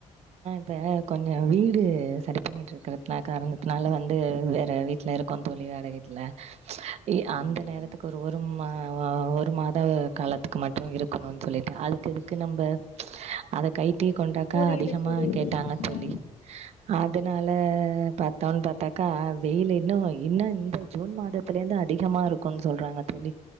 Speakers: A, on the right; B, on the left.
A: இப்போ கொஞ்சோ வீடு சரி பண்ணிட்டு இருக்கிற ன காரணத்னால வந்து வேற வீட்ல இருக் இருக்கோ தோழி வாடக வீட்ல இ அந்த
B: ம்
A: நேரத்துக்கு
B: ம்
A: ஒரு ம் வ வ ஒ ஒரு மாத காலத்துக்கு மட்டும் இருக் <unintelligible> சொல்லி <unintelligible> <unintelligible> நம்ப அத கை டி கொண்டாக்கா
B: புரியுது
A: அதிகமா
B: புரியுது
A: கேட்டாங்க தோழி
B: ஆ
A: அதனால பாத்தோன் பாத்தாக்கா வெய்லு இன்னு இன்னு இந்த ஜூன் மாதத்துலேந்து அதிகமா இருக்கூன் சொல்றாங்க தோழி